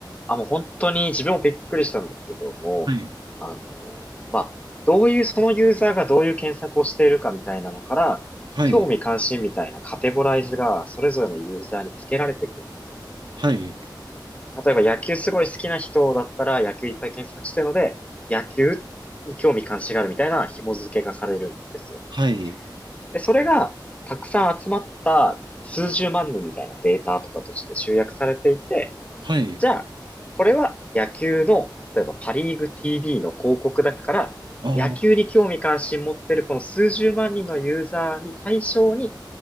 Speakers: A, on the left; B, on the right.
A: あ、もう本当に自分もびっくりしたんですけども、
B: はい。
A: あの、まあ、どういう、そのユーザーがどういう検索をしているかみたいなのから、
B: はい。
A: 興味関心みたいなカテゴライズがそれぞれのユーザーにつけられていくんですよ。
B: はい。
A: 例えば野球すごい好きな人だったら野球いっぱい検索してるので、野球に興味関心があるみたいな紐付けがされるんですよ。
B: はい。
A: で、それがたくさん集まった数十万人みたいなデータとかとして集約されていて、
B: はい。
A: じゃあ、これは野球の、例えばパリーグ TV の広告だから、
B: ああ、
A: 野球に興味関心持ってるこの数十万人のユーザーに対象に